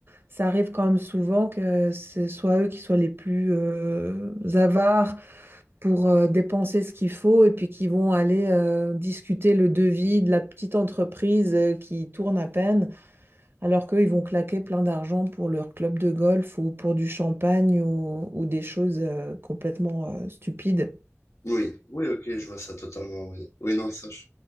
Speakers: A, on the right; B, on the left.
A: ça arrive quand même souvent que ce soit eux qui soient les plus euh, avares pour euh, dépenser ce qu'il faut et puis qui vont aller euh, discuter le devis de la petite entreprise euh, qui tourne à peine, alors qu'eux, ils vont claquer plein d'argent pour leur club de golf ou pour du champagne ou, ou des choses euh, complètement euh, stupides.
B: Oui, oui, ok, je vois ça totalement, oui. Oui, non, ça, je,